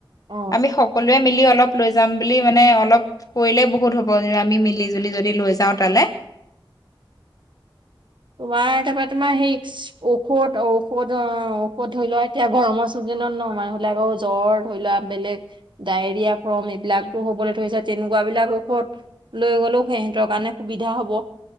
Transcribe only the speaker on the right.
অ
তোমাৰ তাৰপৰা তোমাৰ সেই ঔষধ ঔষধ অ' ঔষধ ধৰি লোৱা এতিয়া গৰমৰ চিজনত ন মানুহ বিলাকৰ জ্বৰ ধৰি লোৱা বেলেগ ডায়েৰিয়া ফ্ৰৰ্ম এইবিলাকতো হ'বলৈ ধৰিছে তেনেকুৱা বিলাক ঔষধ লৈ গ'লেও সিহঁতৰ কাৰণে সুবিধা হ'ব।